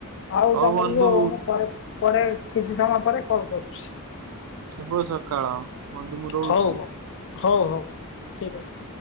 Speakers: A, on the left (about 60°); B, on the right (about 75°).
A: ଆଉ
B: ହଉ
A: ତମକୁ
B: ବନ୍ଧୁ
A: ମୁଁ ପରେ ପରେ କିଛି ସମୟ ପରେ କଲ କରୁଛି।
B: ଶୁଭସକାଳ। ମଧୁ ମୁଁ ରହୁଛି।
A: ହଉ ହଉ ହଉ ହଉ ଠିକ ଅଛି।